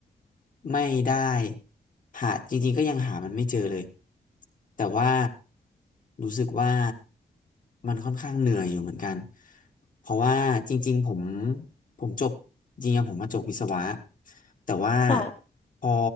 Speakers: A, on the left; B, on the left.
A: ไม่ได้หาจริงๆก็ยังหามันไม่เจอเลยแต่ว่ารู้สึกว่ามันค่อนข้างเหนื่อยอยู่เหมือนกันเพราะว่าจริงๆผมผมจบจริงๆผมมาจบวิศวะแต่ว่า
B: ค่ะ
A: พอ